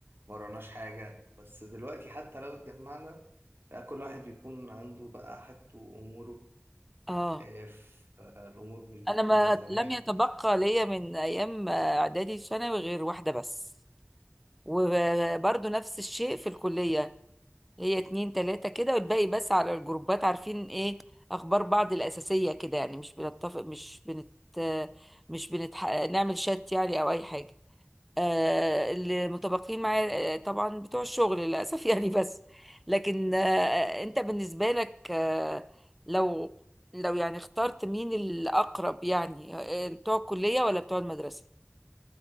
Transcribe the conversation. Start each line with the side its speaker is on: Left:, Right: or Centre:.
Right: ما وراناش حاجة بس دلوقتي حتى لو اتجمعنا لا كل واحد بيكون عنده بقى حاجته وأموره
Centre: اه
Right: اه، فالأمور مش بتكون
Centre: انا ما
Right: زي زمان
Centre: لم يتبقى ليا من ايام آه، اعدادي ثانوي غير واحده بس وبرضو نفس الشيء في الكليه هي اتنين تلاته كده والباقي بس على الجروبات عارفين ايه اخبار بعض الاساسيه كده يعني مش بنتفق مش بنت مش بنتح... نعمل شات يعني او اي حاجه آه، اللي متبقين معايا آه، طبعا بتوع الشغل للأسف <laughs> يعني بس لكن آه، انت بالنسبة لك آه، لو لو يعني اخترت مين الأقرب يعني آه، بتوع الكلية ولا بتوع المدرسة